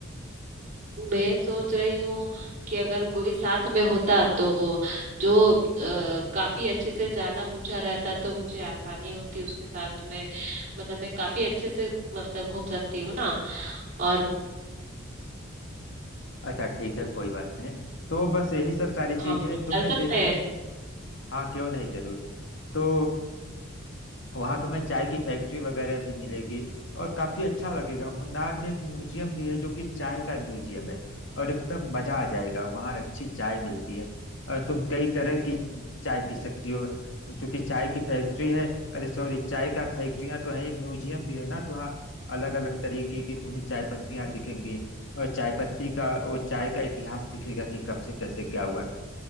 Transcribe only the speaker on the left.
अच्छा ठीक है कोई बात नहीं तो बस यही सब सारी
चीजें
तुम्हें
देखने
हाँ क्यों नहीं जरूर तो वहां तुम्हें चाय की फैक्ट्री वगैरह भी मिलेगी और काफी अच्छा लगेगा मुन्नार में एक म्यूजियम भी है जो कि चाय का म्यूजियम है और एकदम मजा आ जाएगा वहाँ अच्छी चाय मिलती है और तुम कई तरह की चाय पी सकती हो चूंकि चाय की फैक्ट्री है अरे सॉरी चाय का फैक्ट्रियां तो है ही, म्यूजियम भी है ना तो वहाँ अलग अलग तरीके की तुम्हें चाय पत्तियां दिखेंगी और चाय पत्ती का वो चाय का इतिहास दिखेगा कि कब से कैसे क्या हुआ